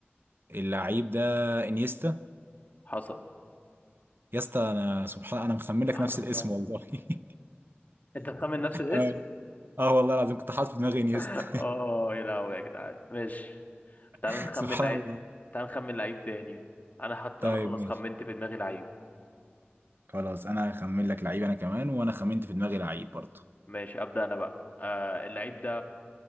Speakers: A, on the right; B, on the left.
A: اللعيب ده انيستا
B: حصل
A: يا اسطى انا سبحان انا مخمن
B: سبحان
A: لك نفس
B: الله
A: الاسم والله <laughs>
B: انت مخمن نفس الاسم
A: اه اه والله العظيم كنت حاطط في دماغي انيستا
B: <laughs> اه يا لهوي يا جدعان ماشي تعال
A: <laughs>
B: نخمن
A: سبحان
B: لعيب
A: الله
B: تعال نخمن لعيب تاني انا حط
A: طيب
B: انا خلاص
A: ماشي
B: خمنت في دماغي لعيب
A: خلاص انا هخمن لك لعيب انا كمان وانا خمنت في دماغي لعيب برضه
B: ماشي ابدا انا بقى آه اللعيب ده